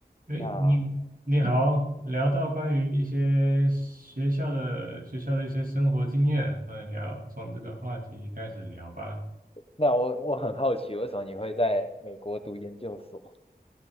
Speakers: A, on the right; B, on the left.
A: 哎，
B: 那
A: 你你好，聊到关于一些学校的学校的一些生活经验，来聊，从这个话题开始聊吧。
B: 那我我很好奇，为什么你会在美国读研究所？